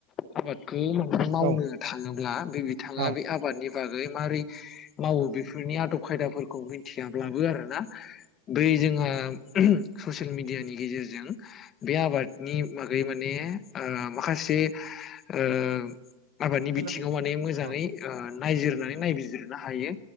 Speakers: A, on the left (about 30°); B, on the right (about 65°).
A: आबाद खौ मावनो
B: औ
A: थाङोब्ला बे बिथाङा
B: औ
A: बे आबादनि बागै माबारै मावो बेफोरनि आदब खायदाफोरखौ मिथियाब्लाबो आरोना बै जोंहा ओ ससियेल मिडियानि गेजेरजों बे आबादनि बागै माने ओ माखासे ओ आबादनि
B: सोलों
A: बिथिङाव माने मोजाङै
B: औ
A: ओ नायजिरनानै नायबिजिरनो हायो